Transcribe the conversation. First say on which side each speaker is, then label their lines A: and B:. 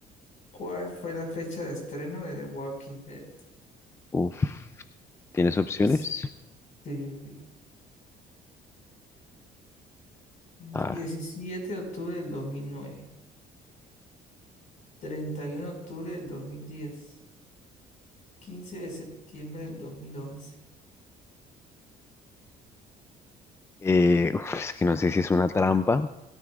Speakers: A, on the left (about 50°); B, on the left (about 15°).
A: ¿Cuál fue la fecha de estreno de The Walking Dead?
B: Uf. ¿Tienes opciones?
A: Pues, sí, sí, sí. diecisiete
B: A ver.
A: de octubre del dos mil nueve. treinta y uno de octubre del dos mil diez 15 de septiembre del 2011.
B: Eh, uf, es que no sé si es una trampa